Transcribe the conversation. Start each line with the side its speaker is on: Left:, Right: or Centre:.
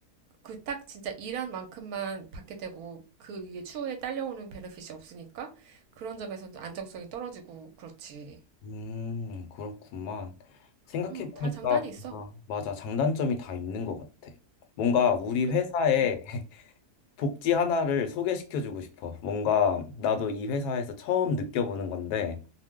Right: 그 딱 진짜 일한 만큼만 받게 되고 그 위에 추후에 딸려오는 베네핏이 없으니까 그런 점에서 안정성이 떨어지고 그렇지.
Left: 음, 그렇구만. 생각해보니까
Right: 음, 다 장단이 있어.
Left: 뭔가, 맞아, 장단점이 다 있는 것 같아. 뭔가 우리
Right: 근,
Left: 회사에
Right: 음,
Left: 복지 하나를 소개시켜주고 싶어. 뭔가 나도 이 회사에서 처음 느껴보는 건데,